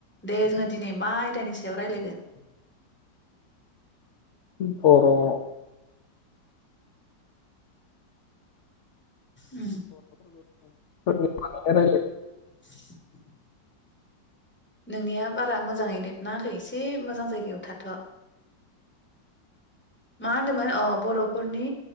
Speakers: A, in the centre; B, on the left.
A: दे जोङो दिनै मा आयदानि सायाव रायलायगोन
B: बेनोथ' र
A: उम
B: फोरनि बानायनाय <unintelligible> रायलाय
A: <inaudible> नोंनिया बारा मोजाङै नेट नाङाखै एसे मोजां जायगायाव थाथ' मा होनदोंमोन अ बर'फोरनि